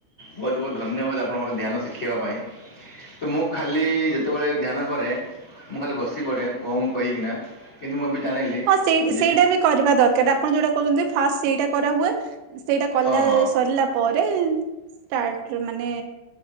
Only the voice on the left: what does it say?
ବହୁତ-ବହୁତ ଧନ୍ୟବାଦ! ଆପଣ ମୋତେ ଧ୍ୟାନ ଶିଖେଇବା ପାଇଁ। ତ ମୁଁ ଖାଲି-ଇ ଯେତେବେଳେ ଧ୍ୟାନ କରେ, ମୁଁ ଖାଲି ବସି ପଡ଼େ ଓଁ କହିକିନା। କିନ୍ତୁ, ମୁଁ ଏବେ ଜାଣିଲି।
ଯେ
ଓହ